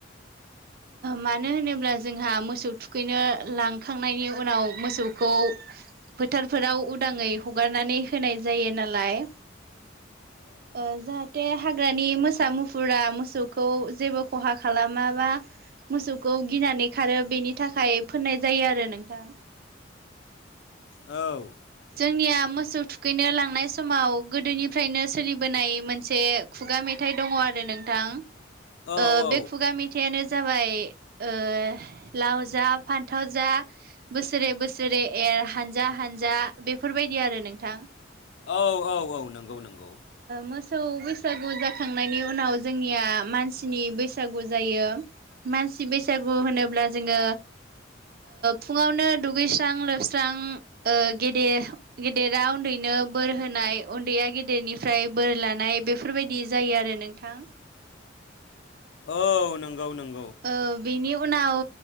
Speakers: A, on the right; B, on the left.
A: मानो होनोब्ला जोंहा मोसौ थुखैनो लांखांनायनि उनाव मोसौखौ। फोथारफोराव उदाङै हगारनानै होनाय जायो नालाय। ओ जाहाथे। हाग्रानि मोसा मुफुरा मोसौखौ जेबो खहा खालामाबा। मोसौखौ गिनानै खारो बेनि थाखाय फोननाय जायो आरो नोंथां।
B: औ।
A: जोंनिया मोसौ थुखैनो लांनाय समाव गोदोनिफ्रायनो सोलिबोनाय मोनसे खुगा मेथाइ। मेथाइ दङ आरो नोंथां
B: औ औ
A: बे खुगा मेथाइयानो जाबाय ओ लाव जा फान्थाव जा बोसोरे बोसोरे ए हानजा हानजा बेफोरबायदि आरो नोंथां।
B: औ औ औ नंगौ नंगौ।
A: मोसौ बैसागु जाखांनायनि उनाव जोंनिया मानसिनि बैसागु जायो। मानसि बैसागु होनोब्ला जोङो। फुङावनो दुगैस्रां लोबस्रां गेद गेदेरा उन्दैनो। बोर होनाय उन्दैया गेदेरनिफ्राय बोर लानाय बेफोरबायदि जायो आरो नोंथां।
B: औ नंगौ नंगौ।
A: औ बिनि उनाव